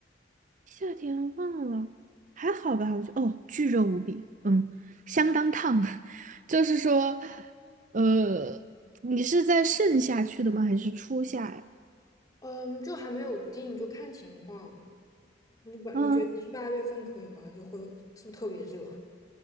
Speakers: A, on the right (about 45°); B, on the left (about 20°).
A: 夏天忘了，还好吧？我觉得哦，巨热无比，嗯，相当烫。<laughs> 就是说，呃，你是在盛夏去的吗？还是初夏呀？
B: 嗯，就还没有定，就看情况。你把你觉得七八月份可以吗？
A: 嗯。
B: 就会是不是特别热？